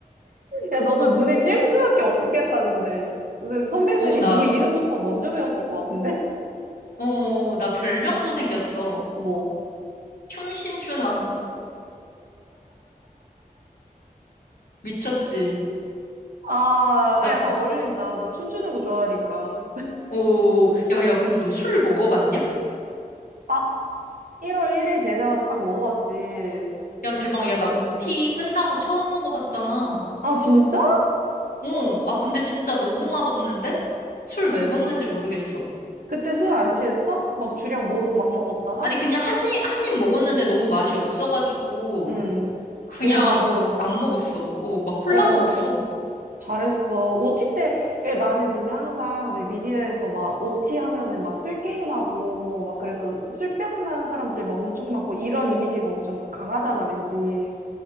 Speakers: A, on the right; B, on the left.
A: 야, 너는 눈에 띌 수밖에 없겠다, 근데. 근데 선배들이
B: 오, 나,
A: 네 이름부터 먼저 배웠을 것 같은데? <laughs>
B: 어, 나 별명도 생겼어.
A: 뭐.
B: 춤신춘왕. 미쳤지?
A: 아,
B: 나
A: 아, 약간
B: 그
A: 어울린다. 너 춤추는 거 좋아하니까.
B: 오, 야, 야, 근데 너 술 먹어봤냐?
A: 아, 1월 1일 되자마자 딱 먹어봤지.
B: 야, 대박. 야, 나 OT 끝나고 처음 먹어봤잖아.
A: 아, 진짜?
B: 어, 아, 근데 진짜 너무 맛없는데? 술
A: 근-
B: 왜 먹는지 모르겠어.
A: 그때 술 안 취했어? 막 주량 모르고 막 먹었다가?
B: 아니, 그냥 한 입, 한 입 먹었는데 너무 맛이 없어가지고,
A: 음,
B: 그냥
A: 그냥 바로,
B: 안 먹었어. 어, 막 콜라
A: 어,
B: 먹었어.
A: 잘했어. 오티 때, 에 나는 근데 항상 왜 미디어에서 막 OT 하면은 막 술 게임하고, 막 그래서 술병 난 사람들 막 엄청 많고, 이런 이미지가 엄청 강하잖아, 왠지.